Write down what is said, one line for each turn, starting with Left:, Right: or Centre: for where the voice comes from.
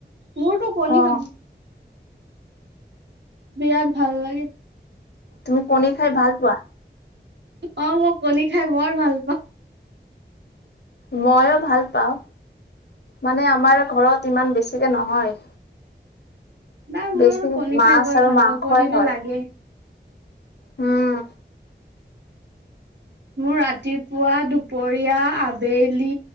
Right: মোৰতো কণী
Left: অ
Right: খা বিৰাত ভাল লাগে।
Left: তুমি কণী খাই ভাল পোৱা।
Right: অঁ মই কণী খাই বৰ ভাল
Left: মইয়ো ভাল পাওঁ, মানে আমাৰ ঘৰত ইমান বেছিকে নহয়।
Right: নাই মোৰ
Left: বেছি
Right: কণী
Left: মাছ
Right: খাই বৰ
Left: আৰু
Right: ভাল
Left: মাংসই
Right: পাওঁ কণীটো
Left: হয়
Right: লাগে।
Left: উম।
Right: মোৰ ৰাতিপুৱা দুপৰীয়া আবেলি